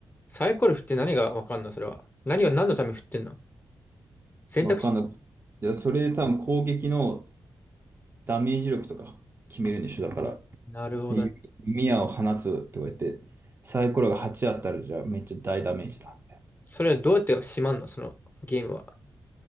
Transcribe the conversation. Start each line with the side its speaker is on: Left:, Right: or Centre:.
Left: サイコロ振って何がわかんのそれは。何を何のために振ってんの選択肢。
Right: わかんない。じゃあそれで多分攻撃のダメージ力とか決めるんでしょ、だから。
Left: なるほど。
Right: で弓矢を放つとか言って、サイコロが8あったら、じゃあめっちゃ大ダメージだ。
Left: それはどうやってしまんのそのゲームは。